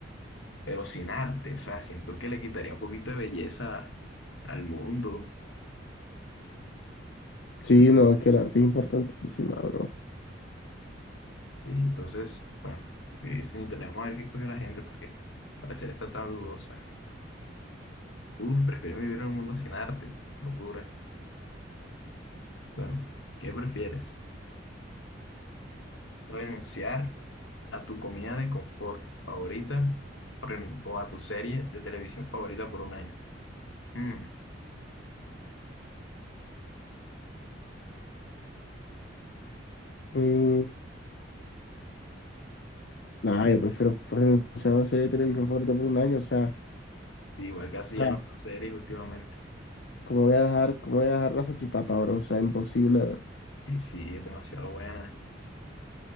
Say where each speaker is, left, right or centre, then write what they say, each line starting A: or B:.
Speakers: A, on the left; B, on the left.
A: pero sin arte, o sea, siento que le quitaría un poquito de belleza al mundo.
B: Sí, no, es que el arte es importantísima, bro.
A: Sí, entonces, bueno, vivir sin internet, vamos a ver qué cogió la gente, porque para ser esta tan dudosa. Uf, prefiero vivir en un mundo sin arte, qué locura. Bueno, ¿qué prefieres? ¿Renunciar a tu comida de confort favorita o ren- o a tu serie de televisión favorita por un año? Mm,
B: Mm, nada, yo prefiero renunciar a una serie de televisión favorita por un año, o sea,
A: sí, igual casi
B: o
A: ya
B: sea,
A: no tu series últimamente.
B: ¿cómo voy a dejar, cómo voy a dejar la salchipapa, bro? O sea, imposible, bro.
A: Y sí, es demasiado buena.